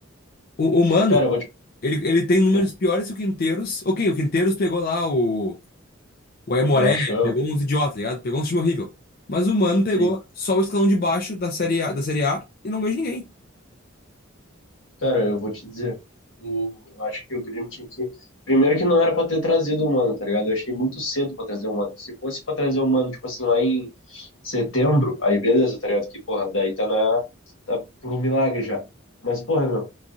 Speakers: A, on the left; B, on the left.
A: O, o Mano,
B: Cara, eu vou te.
A: ele, ele tem números
B: É,
A: piores que o Quinteiros. Ok, o Quinteiros pegou lá o, o Aimoré,
B: gauchão,
A: pegou uns idiotas, tá ligado? Pegou um time horrível. Mas o Mano pegou
B: sei.
A: só o escalão de baixo da Série A, da Série A e não ganhou de ninguém.
B: Cara, eu vou te dizer. O... Eu acho que o Grêmio tinha que. Primeiro que não era pra ter trazido o Mano, tá ligado? Eu achei muito cedo pra trazer o Mano. Se fosse pra trazer o Mano, tipo assim, lá em setembro, aí beleza, tá ligado? Que, porra, daí tá na. Tá por um milagre já. Mas, porra, meu.